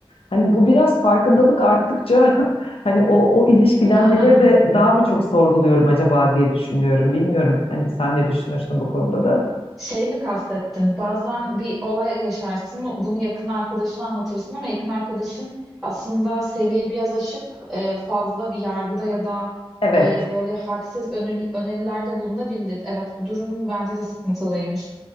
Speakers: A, on the left; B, in the centre.
A: Hani bu biraz farkındalık arttıkça <laughs> hani o o ilişkilenmeleri
B: Ha.
A: de daha mı çok sorguluyorum acaba diye düşünüyorum. Bilmiyorum hani sen ne düşünürsün bu konuda da.
B: Şey mi kastettin? Bazen bir olay yaşarsın, bunu yakın arkadaşına anlatırsın ama yakın arkadaşın aslında seviye biraz aşıp e, fazla bir yargıda ya da
A: Evet.
B: e, böyle hadsiz öneri- önerilerde bulunabilir. Evet, bu durum bence de sıkıntılıymış.